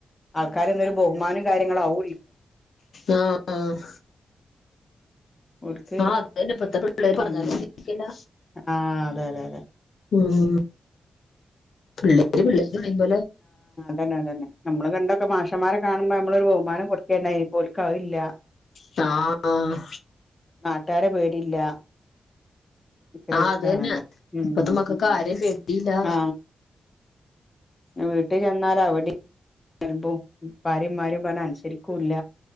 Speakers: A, on the left; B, on the left.
A: ആൾക്കാരന്നൊരു ബഹുമാനം കാര്യങ്ങള അഊ
B: ആഹ് ആഹ്
A: ഓൽക്ക്
B: ആഹ് അതന്നെ പ്പത്തെ പിള്ളേരെ പറഞാലും
A: ഉം
B: കേക്കില്ല
A: ആഹ് അതെ അതെ അതെ
B: ഉം പിള്ളേര് പിള്ളേര് പറിയും പോലെ
A: തന്നെ തന്നെ നമ്മള് പണ്ടൊക്കെ മാഷന്മാരെ കാണുമ്പോ ഞമ്മളൊരു ബഹമാനം കൊടുക്കണ്ടായിനി പ്പോ ഓല്ക്കതില്ല
B: താ ആഹ്
A: നാട്ടാരെ പേടില്ല എനിക്കൊരു
B: ആ അത്
A: ഇതാണല്ലേ
B: തന്നെ
A: ഉം
B: ഇപ്പത്തെ മക്കൾക്ക് ആരെയും പേടിയില്ല
A: ആ വീട്ടു ചെന്നാല് അവടിം പ്പാരും മ്മാരും പറഞ്ഞ അനുസരിക്കുല്ല.